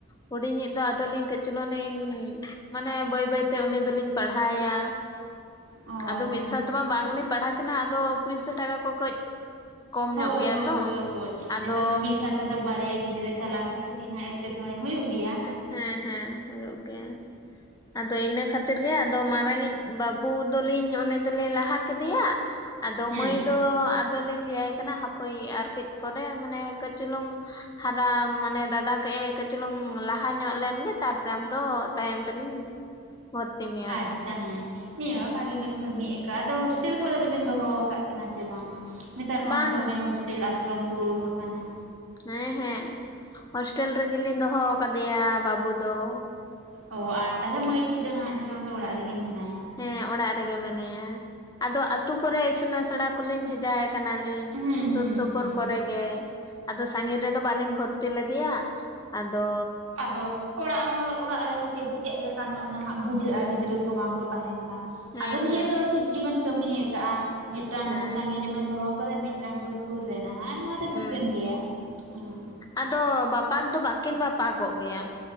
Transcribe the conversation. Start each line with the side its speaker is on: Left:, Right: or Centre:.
Left: ᱦᱩᱰᱤᱧᱤᱡ ᱫᱚ ᱟᱫᱚᱞᱤᱧ ᱠᱟᱹᱪ ᱪᱩᱞᱩᱝ ᱞᱤᱧ ᱢᱟᱱᱮ ᱵᱟᱹᱭ ᱵᱟᱹᱭᱛᱮ ᱩᱱᱤ ᱫᱚᱞᱤᱧ ᱯᱟᱲᱦᱟᱣ ᱮᱭᱟ᱾
Right: ᱚ
Left: ᱟᱫᱚ
Right: ᱦᱮᱸ
Left: ᱢᱤᱫ ᱥᱟᱶᱛᱮᱢᱟ ᱵᱟᱝᱞᱤᱧ ᱯᱟᱲᱦᱟᱣ ᱠᱤᱱᱟ ᱟᱫᱚ ᱯᱩᱭᱥᱟ ᱴᱟᱠᱟ ᱠᱚ ᱠᱟᱹᱡ ᱠᱚᱢ
Right: ᱦᱳᱭ
Left: ᱧᱚᱜ ᱜᱮᱭᱟ
Right: ᱦᱳᱭ
Left: ᱛᱚ
Right: ᱦᱳᱭ ᱦᱳᱭ
Left: ᱟᱫᱚ
Right: ᱱᱤᱛᱚᱝ ᱫᱚ ᱢᱤᱫ ᱥᱟᱛᱮ ᱫᱚ ᱵᱟᱨᱭᱟ ᱜᱤᱫᱽᱨᱟᱹ ᱪᱟᱞᱟᱜ ᱫᱚ ᱠᱟᱹᱴᱤᱡ ᱱᱟᱦᱟᱜ ᱮᱴᱠᱮᱴᱚᱬᱮ ᱦᱩᱭᱩᱜ ᱜᱮᱭᱟ ᱾
Left: ᱦᱮᱸ ᱦᱮᱸ ᱦᱮᱸ ᱦᱩᱭᱩᱜ ᱜᱮᱭᱟ ᱾ ᱟᱫᱚ ᱤᱱᱟᱹ ᱠᱷᱟᱹᱛᱤᱨ ᱜᱮ ᱟᱫᱚ ᱢᱟᱨᱟᱝ ᱤᱡ ᱵᱟᱹᱵᱩ ᱫᱚᱞᱤᱧ ᱩᱱᱤ ᱫᱚᱞᱤᱧ ᱞᱟᱦᱟ ᱠᱮᱫᱮᱭᱟ ᱟᱫᱚ
Right: ᱦᱮᱸ
Left: ᱢᱟᱹᱭ ᱫᱚ ᱟᱫᱚᱞᱤᱧ ᱞᱟᱹᱭᱟᱭ ᱠᱟᱱᱟ ᱦᱟᱯᱳᱭ ᱟᱨ ᱠᱟᱹᱪ ᱯᱚᱨᱮ ᱢᱟᱱᱮ ᱠᱟᱹᱪ ᱪᱩᱞᱩᱝ ᱦᱟᱨᱟ ᱢᱟᱱᱮ ᱫᱟᱫᱟ ᱠᱟᱭᱮ ᱠᱟᱹᱪ ᱪᱩᱞᱩᱝ ᱞᱟᱦᱟ ᱧᱚᱜ ᱞᱮᱱᱜᱮ ᱛᱟᱨᱯᱚᱨᱮ ᱟᱢ ᱫᱚ ᱛᱟᱭᱚᱢ ᱛᱮᱞᱤᱧ ᱵᱷᱚᱛᱨᱤ ᱢᱮ
Right: ᱟᱪᱪᱷᱟ ᱦᱮᱸ ᱾ ᱱᱤᱭᱟᱹ ᱦᱚ ᱵᱷᱟᱜᱤ ᱵᱮᱱ ᱠᱟᱹᱢᱤ ᱟᱠᱟᱼᱟ ᱟᱫᱚ ᱦᱳᱥᱴᱮᱞ ᱠᱚᱨᱮ ᱫᱚᱵᱤᱱ ᱫᱚᱦᱚ ᱟᱠᱟᱫ ᱠᱤᱱᱟ ᱥᱮ ᱵᱟᱝᱟ? ᱱᱮᱛᱟᱨ ᱢᱟ
Left: ᱵᱟᱝ
Right: ᱫᱚᱢᱮ ᱦᱳᱥᱴᱮᱞ ᱟᱥᱨᱚᱢ ᱠᱚ ᱩᱰᱩᱠ ᱟᱠᱟᱱᱟ ᱾
Left: ᱦᱮᱸ ᱦᱮᱸ ᱦᱳᱥᱴᱮᱞ ᱨᱮᱜᱮᱞᱤᱧ ᱫᱚᱦᱚ ᱟᱠᱟᱫᱮᱭᱟ ᱵᱟᱹᱵᱩ ᱫᱚ ᱾
Right: ᱚ ᱟᱨ ᱛᱟᱦᱚᱞᱮ ᱢᱟᱹᱭᱴᱤᱡ ᱫᱚ ᱱᱟᱦᱟᱜ ᱱᱤᱛᱚᱝ ᱫᱚ ᱚᱲᱟᱜ ᱨᱮᱜᱮ ᱢᱮᱱᱟᱭᱟ?
Left: ᱦᱮᱸ ᱚᱲᱟᱜ ᱨᱮᱜᱮ ᱢᱮᱱᱟᱭᱟ ᱟᱫᱚ ᱟᱛᱩ ᱠᱚᱨᱮ ᱤᱥᱩᱱ ᱟᱥᱲᱟ ᱠᱚᱞᱤᱧ ᱵᱷᱮᱡᱟ ᱮ ᱠᱟᱱᱟ ᱾ ᱞᱤᱧ
Right: ᱦᱩᱸ
Left: ᱥᱩᱨ
Right: ᱦᱩᱸ
Left: ᱥᱩᱯᱩᱨ
Right: ᱦᱩᱸ
Left: ᱠᱚᱨᱮ ᱜᱮ ᱟᱫᱚ ᱥᱟᱺᱜᱤᱧ ᱨᱮᱫᱚ ᱵᱟᱹᱞᱤᱧ ᱵᱷᱚᱨᱛᱤ ᱞᱮᱫᱮᱭᱟ ᱟᱫᱚ
Right: ᱟᱫᱚ ᱚᱲᱟᱜ ᱦᱚᱸ ᱚᱲᱟᱜ ᱨᱮᱦᱚᱸ ᱠᱟᱹᱪ ᱪᱮᱫ ᱞᱮᱠᱟ ᱧᱚᱜ ᱱᱟᱦᱟᱜ ᱵᱩᱡᱷᱟᱹᱜᱼᱟ ᱜᱤᱫᱽᱨᱟᱹ ᱠᱚ ᱵᱟᱝ ᱠᱚ ᱛᱟᱦᱮᱸᱱ ᱠᱷᱟᱱ
Left: ᱦᱮᱸ
Right: ᱟᱫᱚ ᱱᱤᱭᱟᱹ
Left: ᱦᱮᱸ
Right: ᱫᱚ ᱴᱷᱤᱠ ᱜᱮᱵᱮᱱ ᱠᱟᱹᱢᱤ ᱟᱠᱟᱜᱼᱟ ᱢᱤᱫᱴᱟᱝ
Left: ᱦᱮᱸ
Right: ᱫᱚ ᱥᱟᱺᱜᱤᱧ ᱨᱮ ᱵᱮᱱ ᱫᱚᱦᱚ ᱠᱟᱫᱮᱭᱟ ᱢᱤᱫᱴᱟᱝ ᱫᱚ ᱥᱩᱨ ᱨᱮᱱᱟᱜ ᱱᱚᱣᱟ ᱫᱚ
Left: ᱦᱩᱸ
Right: ᱴᱷᱤᱠᱟᱹᱱ ᱜᱮᱭᱟ ᱦᱮᱸ ᱾
Left: ᱟᱫᱚ ᱵᱟᱯᱟᱠ ᱫᱚ ᱵᱟᱠᱤᱱ ᱵᱟᱯᱟᱠ ᱜᱚᱜ ᱜᱮᱭᱟ